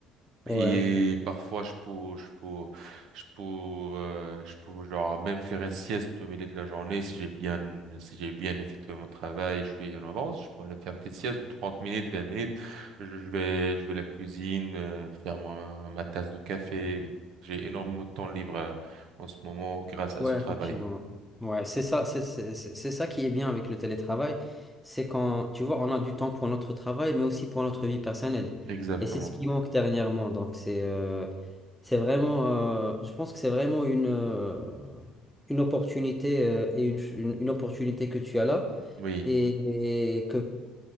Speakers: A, in the centre; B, on the right.
A: Ouais.
B: Et parfois, je peux, je peux, je peux, euh, je peux, genre, même faire une sieste au milieu de la journée si j'ai bien, si j'ai bien effectué mon travail, je suis en avance, je peux aller faire une petite sieste de 30 minutes, 20 minutes. Je, je vais, je vais à la cuisine, euh, faire ma, ma tasse de café. J'ai énormément de temps libre, euh, en ce moment grâce à
A: Ouais,
B: ce travail.
A: effectivement. Ouais, c'est ça, c'est c'est- c'est- c'est ça qui est bien avec le télétravail. C'est quand, tu vois, on a du temps pour notre travail, mais aussi pour notre vie personnelle.
B: Exactement.
A: Et c'est ce qui manque dernièrement. Donc, c'est euh, c'est vraiment, euh, je pense que c'est vraiment une, euh, une opportunité euh, et une, ch- une, une opportunité que tu as là
B: Oui.
A: et, et que